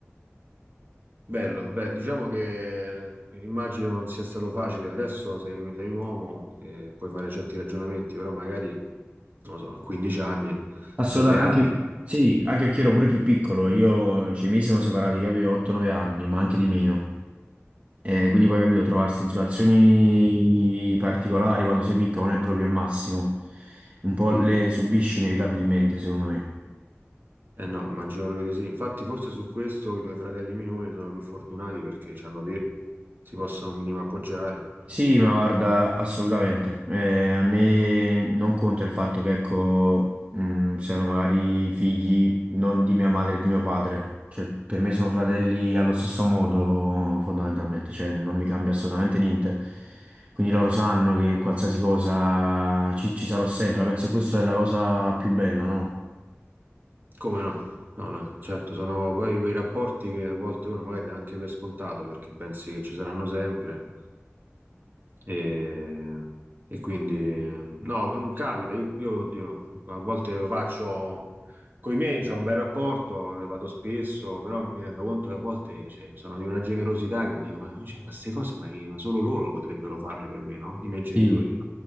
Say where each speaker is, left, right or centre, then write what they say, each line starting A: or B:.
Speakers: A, on the right; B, on the right.
A: Bello, beh, diciamo che immagino non sia stato facile. Adesso sei, sei un uomo e puoi fare certi ragionamenti, però magari, non lo so, a 15 anni
B: Assolutamente,
A: ne fai altri.
B: anche, sì, anche perché ero pure più piccolo, io, cioè, i miei siamo separati che avevo 8-9 anni, ma anche di meno. E quindi poi capito, trovarsi in situazioni particolari quando sei piccolo non è proprio il massimo, un po' le subisci inevitabilmente, secondo me.
A: Eh no, immagino proprio di sì. Infatti, forse su questo i tuoi fratelli minori sono più fortunati perché hanno te, si possono un minimo appoggiare.
B: Sì, ma guarda, assolutamente. Eh, a me non conta il fatto che, ecco, mh, siano magari figli non di mia madre e di mio padre. Cioè, per me sono fratelli allo stesso modo, fondamentalmente. Cioè, non mi cambia assolutamente niente. Quindi loro sanno che qualsiasi cosa ci, ci sarò sempre. Penso che questa è la cosa più bella, no?
A: Come no? No, no, certo, sono poi quei rapporti che a volte uno magari dà anche per scontato perché pensi che ci saranno sempre e, e quindi no, non capita, io, io, oddio, a volte lo faccio con i miei, c'ho un bel rapporto, eh, vado spesso, però mi rendo conto che a volte cioè, sono di una generosità che dico, ma cioè, ma queste cose ma, chi- ma solo loro potrebbero farle per me, no? I miei
B: Sì,
A: genitori.